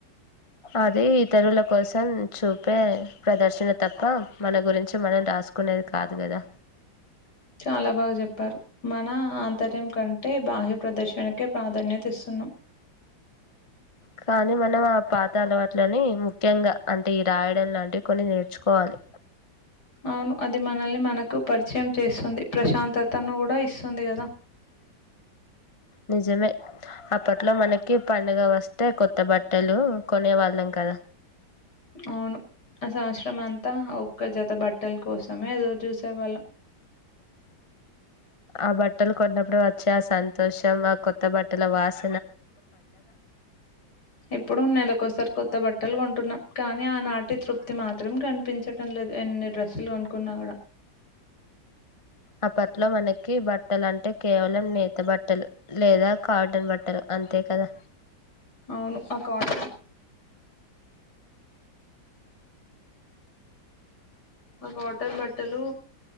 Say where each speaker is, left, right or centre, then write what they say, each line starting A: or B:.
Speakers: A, on the left (about 20°); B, on the left (about 55°).
A: అది ఇతరుల కోసం చూపే ప్రదర్శన తప్ప మన గురించి మనం రా రాసుకునేది కాదు కదా
B: చాలా బాగా చెప్పారు మన ఆంతర్యం కంటే బాహ్య ప్రదర్శనకే ప్రాధాన్యత ఇస్తున్నా
A: కానీ మనం ఆ పాత అల వాట్లని ముఖ్యంగా అంటే ఈ రాయడం లాంటివి కొన్ని నేర్చుకోవాలి
B: అవును అది మనల్ని మనకు పరిచయం చేస్తుంది ప్రశాంతతను కూడా ఇస్తుంది కదా
A: నిజమే అప్పట్లో మనకి పండుగ వస్తే కొత్త బట్టలు కొనేవాళ్ళం కదా
B: అవునుసవత్స్ర అంతా ఓ ఒక జత బట్టల కోసమే ఎదో చూసే వాళ్ళం
A: ఆ బట్టలు కొన్నప్పుడు వచ్చి ఆ సంతోషం ఆ కొత్త బట్టల వాస
B: ఇప్పుడు ఉన్నాల ఒకసారి కొ కొత్త బట్టలు కొంటున్నాం కానీ ఆనాటి తృప్తి మాత్రం కనిపించడంం లేదు ఎన్ని డ్రస్సులు కొనుకున్నా కూడా
A: అప్పట్లో మనకి బట్టలు అంటే కేవలం నేత బట్ట బట్టలు లేదా కాటన్ బట్టలు అంతే కదా
B: అవును ఆ కాట ఒక వాటర్ బట్టలు